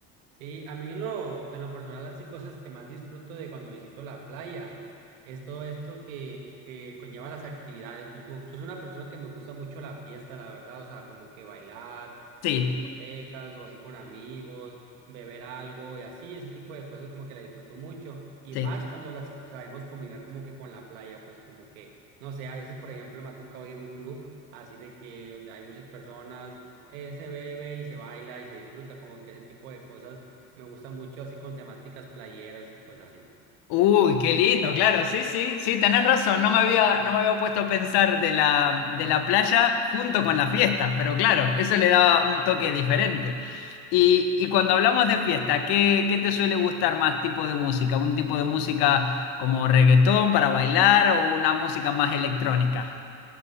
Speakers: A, on the right; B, on the left.
A: Sí, a mí en lo, en lo personal, así cosas que más disfruto de cuando visito la playa es todo esto que, que conlleva las actividades. Pues como yo soy una persona que me gusta mucho la fiesta, la verdad, o sea, como que bailar
B: Sí,
A: en discotecas o así con amigos, beber algo y así, ese tipo de cosas como que la disfruto mucho. Y
B: sí.
A: más cuando las sabemos combinar como que con la playa, pues como que, no sé, a veces, por ejemplo, me ha tocado ir a un club así de que donde hay muchas personas, eh, se bebe y se baila y se disfruta como que ese tipo de cosas me gusta mucho así con temáticas playeras y pues así.
B: Uy, qué lindo, claro, sí, sí, sí, tenés razón, no me había, no me había puesto a pensar de la, de la playa junto con las fiestas, pero claro, eso le daba un toque diferente. Y, y cuando hablamos de fiesta, ¿qué, qué te suele gustar más tipo de música? ¿Un tipo de música como reggaetón para bailar o una música más electrónica?